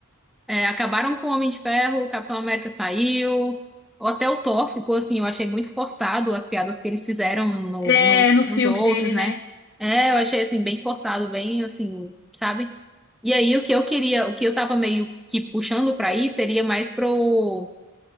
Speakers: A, in the centre; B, on the left.
A: é, acabaram com o Homem de Ferro, o Capitão América saiu, ou até o Thor ficou assim, eu achei muito forçado as piadas que eles fizeram no-
B: É,
A: nos,
B: no filme
A: nos outros,
B: dele,
A: né?
B: né?
A: É, eu achei assim, bem forçado, bem assim, sabe? E aí o que eu queria, o que eu tava meio que puxando pra ir seria mais pro